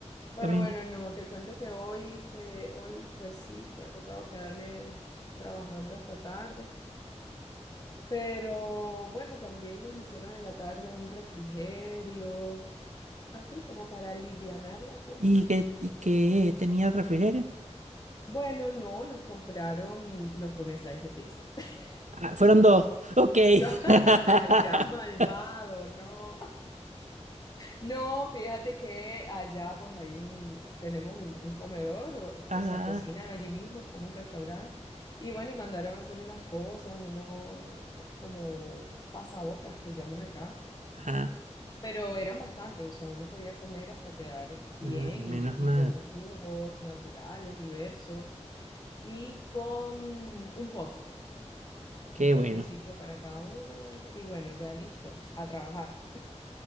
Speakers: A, on the left; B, on the right.
A: Pero
B: Bueno,
A: bueno, no, te cuento que hoy se, hoy, pues sí, me ha tocado quedarme trabajando hasta tarde. Pero bueno, también nos hicieron en la tarde un refrigerio, así como para alivianar la cosa.
B: ¿y qué, y qué tenía el refrigerio?
A: Bueno, no, nos compraron, no fue un slice de pizza. <laughs>
B: Ah, fueron dos. Ok.
A: No, <laughs>
B: <laughs>
A: no seas malvado, no. No, fíjate que allá pues hay un, tenemos un, un comedor, o,
B: Ah,
A: o sea, cocinan allí mismo, es como un restaurante. Y bueno, y mandaron a hacer unas cosas, unos como pasabocas que llaman acá,
B: ah,
A: pero eran bastantes, o sea, uno podía comer hasta quedar bien
B: ah, menos
A: y, y
B: mal.
A: con jugos naturales diversos y con un postre,
B: Qué
A: un postrecito
B: bueno.
A: para cada uno. Y bueno, ya listo, a trabajar.